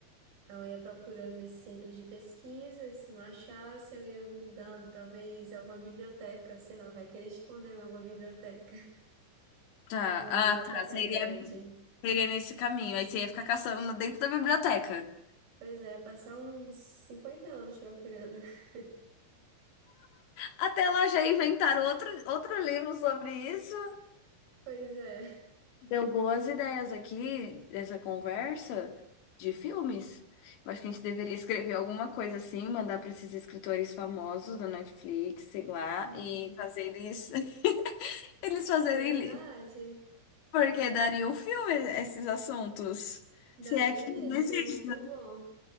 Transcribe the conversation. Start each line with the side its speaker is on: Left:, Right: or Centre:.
Right: Eu ia procurando nesses centros de pesquisa, e se não achasse, eu ia mudando, talvez alguma biblioteca, sei lá, vai querer esconder em alguma biblioteca, <laughs>
Left: tá.
Right: alguma
Left: Ah,
Right: biblioteca
Left: tá. Seria,
Right: grande.
Left: seria nesse caminho. Aí você ia ficar caçando dentro da biblioteca.
Right: Pois é, passar uns 50 anos procurando. <laughs>
Left: Até lá já inventaram outro, outro livro sobre isso.
Right: Pois é,
Left: Deu boas ideias aqui dessa conversa de filmes. Eu acho que a gente deveria escrever alguma coisa assim, mandar para esses escritores famosos da Netflix, sei lá,
Right: Uhum.
Left: e fazer eles, <laughs> eles fazerem,
Right: verdade.
Left: li- porque daria um filme esses assuntos.
Right: Daria
Left: Se é que
Right: mesmo,
Left: existe.
Right: foi muito bom.